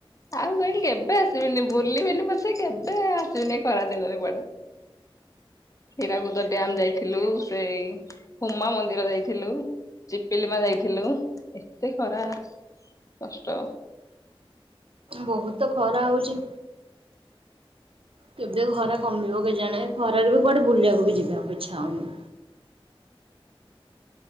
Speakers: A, on the left; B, on the right.
A: ଆଉ କଣ କେବେ ଆସିବିନି ବୁଲିବିନି ପଛେ କେବେ ଆସିବିନି ଖରା ଦିନରେ କୁଆଡେ। ହୀରାକୁଦ ଡ୍ୟାମ ଯାଇଥି ଥିଲୁ ସେଇ ହୁମା ମନ୍ଦିର ଯାଇଥିଲୁ ଚିପିଲିମା ଯାଇ ଥିଲୁ ଏତେ ଖରା କଷ୍ଟ
B: ବହୁତ ଖରା ହଉଛି। କେବେ ଖରା କମିବ କେଜାଣି? ଖରାରୁ ବି କୁଆଡେ ବୁଲିବାକୁ ବି ଯିବା ହବନି। ଇଚ୍ଛା ହଉନି।